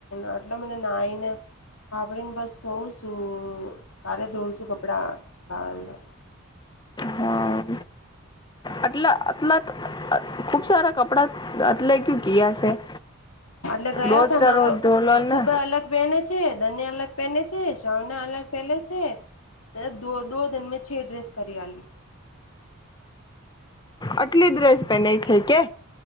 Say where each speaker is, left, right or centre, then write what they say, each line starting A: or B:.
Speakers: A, on the left (about 75°); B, on the left (about 20°).
A: આટલા મને નાઈને હા આભડીને બસ ધોવું છું કાલે ધોવું છું કપડા કાલે <inaudible>
B: હા. આટલા આટલા ખુબ સારા કપડા આટલે કયુ કયા છે.
A: આટલે ગયા
B: રોજ
A: તાન
B: ના રોજ ધોલો
A: સુભે
B: ને
A: અલગ વેને છે, દને અલગ પેને છે, સવના અલગ પેલે છે. તે દો દો દન મેં છે ડ્રેસ કરી આલી
B: આટલી ડ્રેસ પેને છે કે?